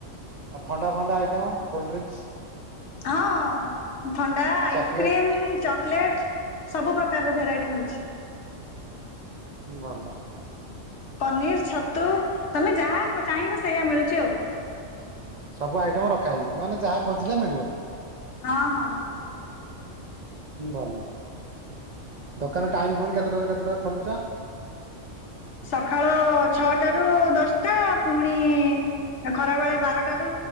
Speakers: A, on the right; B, on the left.
A: ଆ ଥଣ୍ଡା ଫଥଣ୍ଡା ଆଇଟମ୍ କୋଲ୍ଡ୍ରିଙ୍କକ୍ସ୍
B: ହଁ ଥଣ୍ଡା ଆଇସ୍କ୍ରିମ୍
A: ଚକୋଲେଟ
B: ଚକୋଲେଟ ସବୁ ପ୍ରକାରର ଭେରାଇଟି ମିଳୁଛି।
A: ଭଲ
B: ପନିର ଛତୁ ତମେ ଯାହା ଚାହିଁବ ସେଇୟା ମିଳୁଛି ଆଉ
A: ସବୁ ଆଇଟମ ରଖା ହେଇଯଛି ମାନେ ଯାହା ଖୋଜିଲା ମିଳିବ।
B: ହ ହ
A: ଭଲ ଦୋକାନ ଟାଇୁଣି କେତେଟାରେ କେତେଟା ଖୋଲୁଛ।
B: ସକାଳ ଛଅଟ ରୁ ଦଶଟା ପୁଣି ଖରାବେେଳେ ବାରଟାରୁ